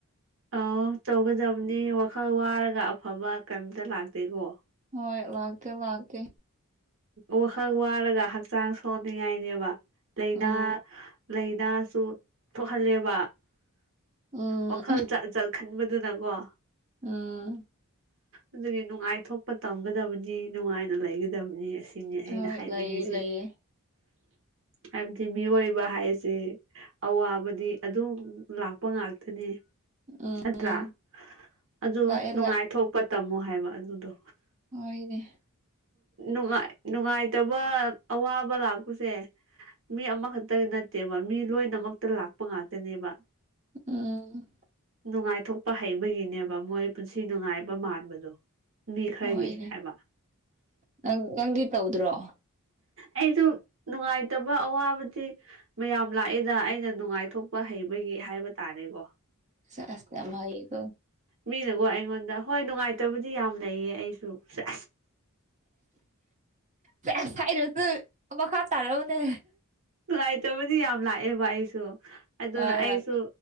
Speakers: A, on the right; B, on the right.
A: ꯑ ꯇꯧꯒꯗꯕꯅꯤ ꯋꯥꯈꯜ ꯋꯥꯔꯒ ꯑꯐꯕ ꯀꯔꯤꯝꯇ ꯂꯥꯛꯇꯦꯀꯣ
B: ꯍꯣꯏ ꯂꯥꯛꯀꯦ ꯂꯥꯛꯀꯦ
A: ꯋꯥꯈꯛ ꯋꯥꯔꯒ ꯍꯛꯆꯥꯡ ꯁꯣꯟꯅꯤꯡꯉꯥꯏꯅꯦꯕ ꯂꯥꯏꯅꯥ
B: ꯎꯝ
A: ꯂꯩꯥꯏꯅꯥꯁꯨ ꯊꯣꯛꯍꯜꯂꯦꯕ
B: ꯎꯝ
A: ꯋꯥꯈꯜꯠ ꯕꯗꯨꯅ ꯀꯣ
B: ꯎꯝ
A: ꯑꯗꯨꯒꯤ ꯅꯨꯡꯉꯥꯏꯊꯣꯛꯄ ꯇꯝꯒꯗꯕꯅꯤ ꯅꯨꯡꯉꯥꯏꯅ ꯂꯩꯒꯗꯕꯅꯤ ꯑ ꯁꯤꯅꯤ ꯑꯩꯅ
B: ꯍꯣꯏ
A: ꯍꯥꯏꯅꯤꯡꯉꯤꯁꯦ
B: ꯂꯩꯌꯦ ꯂꯩꯌꯦ
A: ꯍꯥꯏꯕꯗꯤ ꯃꯤꯑꯣꯏꯕ ꯍꯥꯏꯁꯦ ꯑꯋꯥꯕꯗꯤ ꯑꯗꯨꯝ ꯂꯥꯛꯄ ꯉꯥꯛꯇꯅꯦ
B: ꯎꯝ
A: ꯅꯠꯇ꯭ꯔꯥ ꯑꯗꯨ
B: ꯂꯥꯛꯑꯦ
A: ꯅꯨꯡꯉꯥꯏꯊꯣꯛꯄ ꯇꯝꯃꯣ ꯍꯥꯏꯕ ꯑꯗꯨꯗꯣ
B: ꯑꯣꯏꯣꯏꯅꯦ
A: ꯅꯨꯡꯉꯥꯏ ꯅꯨꯡꯉꯥꯏꯇꯕ ꯑꯋꯥꯕ ꯂꯥꯛꯄꯁꯦ ꯃꯤ ꯑꯃꯈꯛꯇꯒꯤ ꯅꯠꯇꯦꯕ ꯃꯤ ꯂꯣꯏꯅꯃꯛꯇ ꯂꯥꯛꯄ ꯉꯥꯛꯇꯅꯦꯕ
B: ꯎꯝ
A: ꯅꯨꯡꯉꯥꯏꯊꯣꯛꯄ ꯍꯩꯕꯒꯤꯅꯦꯕ ꯃꯣꯏ ꯄꯨꯟꯁꯤ ꯅꯨꯡꯉꯥꯏꯕ ꯃꯥꯟꯕꯗꯣ ꯃꯤ ꯈꯔꯒꯤ
B: ꯍꯣꯏꯅꯦ
A: ꯍꯥꯏꯕ
B: ꯅꯪ ꯅꯪꯗꯤ ꯇꯧꯗ꯭ꯔꯣ
A: ꯑꯩꯁꯨ ꯅꯨꯡꯉꯥꯏꯇꯕ ꯑꯋꯥꯕꯗꯤ ꯃꯌꯥꯝ ꯂꯥꯛꯏꯦꯗ ꯑꯩꯅ ꯅꯨꯡꯉꯥꯏꯊꯣꯛꯄ ꯍꯩꯕꯒꯤ ꯍꯥꯏꯕ ꯇꯥꯔꯦꯒꯣ
B: ꯁꯁꯅꯚ
A: ꯃꯤꯅꯀꯣ ꯑꯩꯉꯣꯟꯗ ꯍꯣꯏ ꯅꯨꯡꯉꯥꯏꯇꯕꯗꯤ ꯌꯥꯝ ꯂꯩꯌꯦ ꯑꯩꯁꯨꯁ
B: ꯑꯦꯁꯁ ꯍꯥꯏꯔꯁꯨ ꯃꯈꯥ ꯇꯥꯔꯛꯎꯅꯦ
A: ꯅꯨꯡꯉꯥꯏꯇꯕꯗꯤ ꯌꯥꯝ ꯂꯥꯛꯑꯦꯕ ꯑꯩꯁꯨ ꯑꯗꯨꯅ
B: ꯍꯣꯏ
A: ꯑꯩꯁꯨ
B: ꯍꯣꯏ